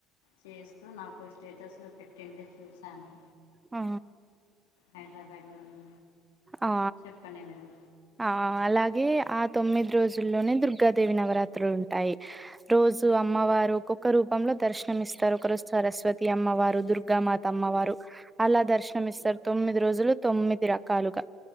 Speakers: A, on the left (about 85°); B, on the right (about 15°).
A: చేస్తూ నాకు స్టేటస్లు పెట్టింటే చూశాను
B: ఆ
A: హైదరాబాద్లో ఉ
B: ఆ
A: చెప్పండి మేడం
B: ఆ అలాగే ఆ తొమ్మిది రోజుల్లోనే దుర్గాదేవి నవరాత్రులు ఉంటాయి రోజు అమ్మవారు
A: హ్మ్.
B: ఒక్కొక్క రూ పంలో దర్శనం ఇస్తారు ఒక రోజు సరస్వతి అమ్మవారు దుర్గా మాత అమ్మవారు అలా దర్శనంమిస్తారు
A: హ్మ్.
B: తొమ్మిది రోజులు తొమ్మిది రకాలుగా